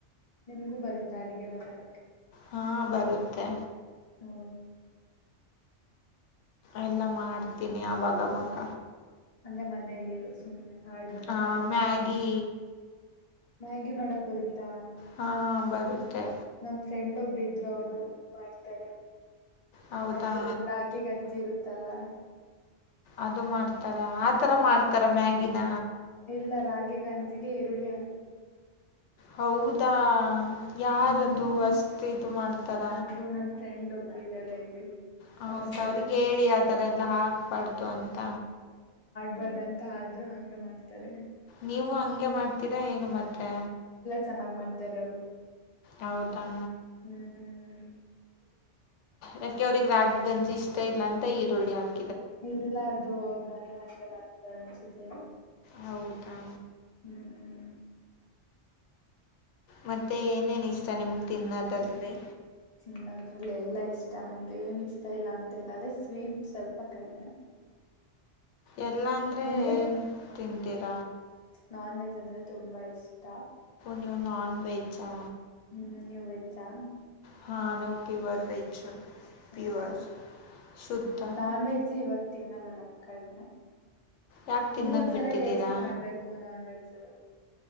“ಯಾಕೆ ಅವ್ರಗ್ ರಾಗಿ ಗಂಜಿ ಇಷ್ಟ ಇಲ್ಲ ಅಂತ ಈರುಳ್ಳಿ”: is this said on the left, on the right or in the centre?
Left